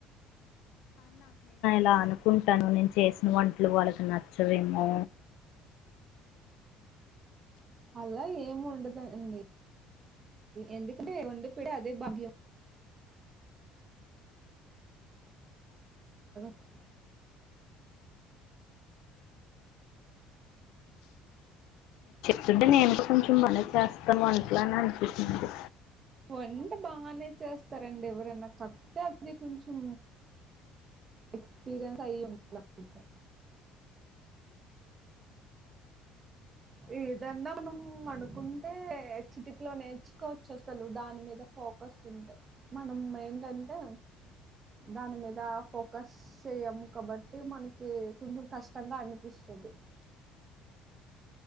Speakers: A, on the left; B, on the right.
A: అలా అనుకుంటాను నేను చేసిన వోంటలు వాళ్ళకి నచ్చవేమొ
B: అల ఏముండదం డి ఎందుకంటే వండిపెడుతే అదే భాగ్యం <inaudible>
A: చుంటే నిను కూడ కొంచెం బనే చేస్తా వంట్లని అనిపించింది
B: వంట బానే చేస్తారండి ఎవరైనా కాకపోతే అది కొంచెం ఎక్స్పీరియన్స్ అయి <unintelligible> అంతే ఏదన్నా మనం అనుకుంటే చిటిక్లో నేర్చుకోచ్చు అసలు దాన్ మీద ఫోకస్ ఉంటది మనం ఏంటంటే దాని మీద ఫోకస్ చేయము కాబట్టి మనకి కొంచం కష్టంగా అనిపిస్త ది